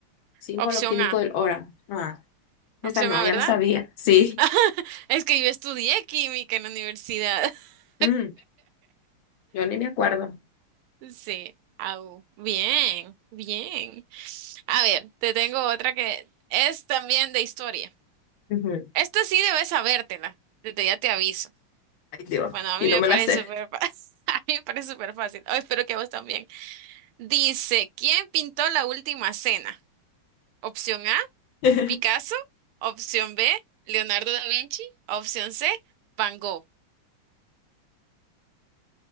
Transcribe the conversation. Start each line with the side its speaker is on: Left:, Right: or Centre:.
Left: Símbolo
Right: Opción
Left: químico
Right: A.
Left: del oro. Ah, esa
Right: Opción
Left: no,
Right: A,
Left: ya
Right: ¿verdad?
Left: la sabía. Sí.
Right: <laughs> Es que yo estudié química en la universidad. <laughs>
Left: Mm, yo ni me acuerdo.
Right: Sí. Au. Bien, bien. A ver, te tengo otra que es también de historia.
Left: Ujú.
Right: Esta sí debes sabértela. Desde ya te aviso.
Left: Ay, Dios.
Right: Bueno, a
Left: Y
Right: mí me
Left: no me
Right: parece
Left: la sé.
Right: súper fácil. <laughs> A mí me parece súper fácil. Oh, espero que a vos también. Dice, ¿quién pintó la última cena? Opción A,
Left: <laughs>
Right: Picasso. Opción B, Leonardo da Vinci. Opción C, Van Gogh.